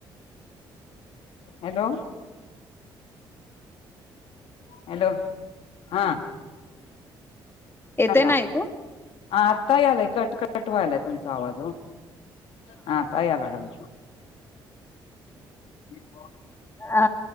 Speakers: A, on the left; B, on the left.
A: हॅलो. हॅलो हा.
B: येते
A: सांगाा
B: ना ऐकू
A: आत्ता आलाय कटकट व्हायलाय तुमचा आवाज हो. हा तयलागल. ह.
B: अ